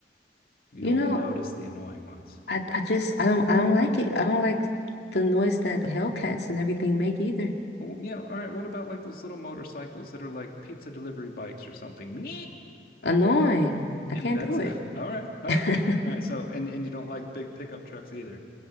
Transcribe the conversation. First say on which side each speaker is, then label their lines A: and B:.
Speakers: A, on the left; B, on the left.
A: You
B: You
A: only
B: know,
A: notice the annoying ones.
B: I I just I don't I don't like it. I don't like the noise that Hellcats and everything make either.
A: Oh, yeah, all right. What about like those little motorcycles that are like pizza delivery bikes or something? <laughs>
B: Annoying. I
A: And
B: can't
A: that's
B: do
A: <laughs> all
B: it.
A: right, all
B: <laughs>
A: right, all right. So, and and you don't like big pickup trucks either.